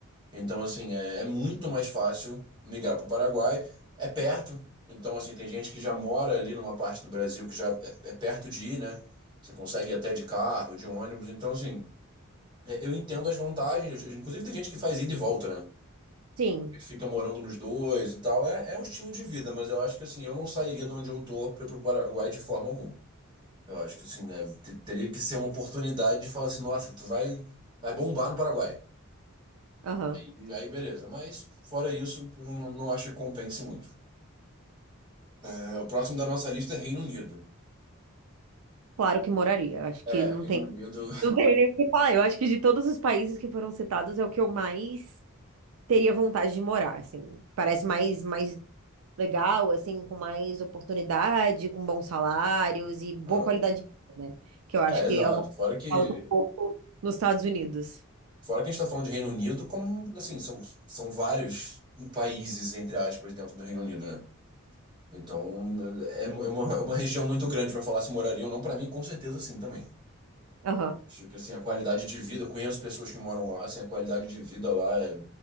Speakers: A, on the right; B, on the right.
A: Então, assim, é, é muito mais fácil migrar para o Paraguai. É perto. Então, assim, tem gente que já mora ali numa parte do Brasil que já é, é perto de ir, né? Você consegue ir até de carro, de ônibus. Então, assim, é- eu entendo as vantagens. Inclusive, tem gente que faz ida e volta, né?
B: Sim,
A: Que Fica morando nos dois e tal. É, é um estilo de vida, mas eu acho que, assim, eu não sairia de onde eu tô para ir para o Paraguai de forma alguma. Eu acho que assim, né, te- teria que ser uma oportunidade de falar assim, nossa, tu vai, vai bombar no Paraguai.
B: aham.
A: E aí, beleza. Mas fora isso, eu não, não acho que compense muito. É, o próximo da nossa lista é Reino Unido.
B: Claro que moraria. Acho que
A: É,
B: não
A: Reino
B: tem
A: Unido.
B: Não tenho nem o que falar. Eu acho que de todos os países que foram citados, é o que eu mais teria vontade de morar, assim. Parece mais, mais legal, assim, com mais oportunidade, com bons salários e boa
A: Ah,
B: qualidade de vida, né? Que eu acho
A: É,
B: que
A: exato.
B: é uma coisa
A: Fora que,
B: que falta um pouco nos Estados Unidos.
A: fora que a gente está falando de Reino Unido, como assim, são, são vários países, entre aspas, dentro do Reino Unido, né? Então, é, é uma, é uma região muito grande para falar se moraria ou não, para mim, com certeza sim também.
B: Aham,
A: Acho que assim, a qualidade de vida, eu conheço pessoas que moram lá, assim, a qualidade de vida lá é